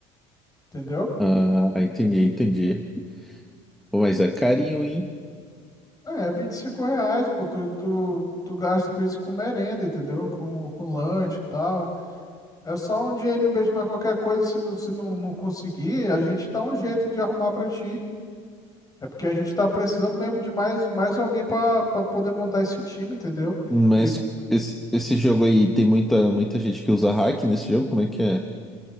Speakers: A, on the left (about 25°); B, in the centre.
A: entendeu?
B: Ah, entendi, entendi. Pô, Mas é carinho, hein?
A: É, 25 reais, pô, tu, tu, tu gasta com isso com merenda, entendeu? Com, com lanche e tal. É só um dinheirinho mesmo, mas qualquer coisa, se não, se não, não conseguir, a gente dá um jeito de arrumar pra ti. É porque a gente tá precisando mesmo de mais, mais alguém pra pra poder montar esse time, entendeu?
B: Mas
A: E
B: esse, esse jogo aí tem muita, muita gente que usa hack nesse jogo? Como é que é?